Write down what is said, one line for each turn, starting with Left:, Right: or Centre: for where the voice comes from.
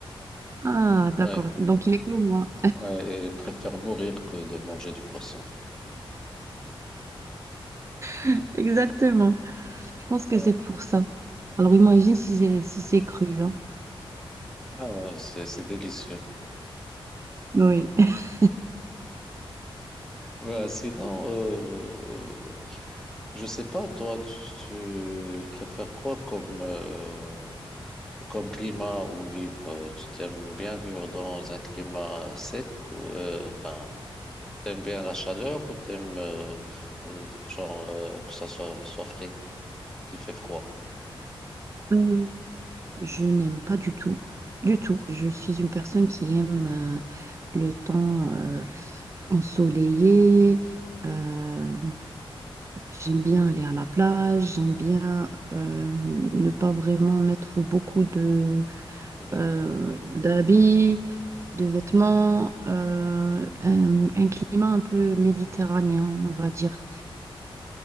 Right: Ah, d'accord,
Centre: Ouais,
Right: donc il est comme moi.
Centre: ouais, et préfère mourir que de manger du poisson.
Right: <laughs> Exactement, je pense que
Centre: Ouais.
Right: c'est pour ça. Alors imagine si c'est si c'est cru, hein.
Centre: Ah ouais, c'est c'est délicieux.
Right: Oui. <laughs>
Centre: Bah, sinon, euh, euh, Je sais pas, toi, tu, tu préfères quoi comme, euh, comme climat ou vivre? euh, Tu t'aimes bien vivre dans un climat sec ou, euh, enfin, t'aimes bien la chaleur ou t'aimes, euh, euh, genre, euh, que ça soit, soit frais, qu'il fait froid?
Right: Euh, je n'aime pas du tout. Du tout. Je suis une personne qui aime euh, le temps euh, ensoleillé. euh, j'aime bien aller à la plage. J'aime bien euh, ne pas vraiment mettre beaucoup de
Centre: De vêtements.
Right: euh, d'habits, de vêtements. euh, un, un climat un peu méditerranéen, on va dire.